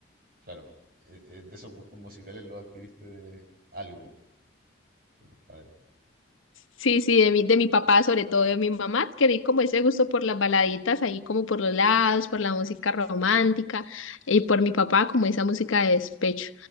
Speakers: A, on the right (about 45°); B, on the left (about 85°).
A: claro, eh, eh, de esos gustos musicales lo adquiriste de algo de tus padres.
B: Sí, sí, de mi, de mi papá, sobre todo de mi mamá, adquirí como ese gusto por las baladitas, ahí como por los lados, por la música romántica, y por mi papá como esa música de despecho.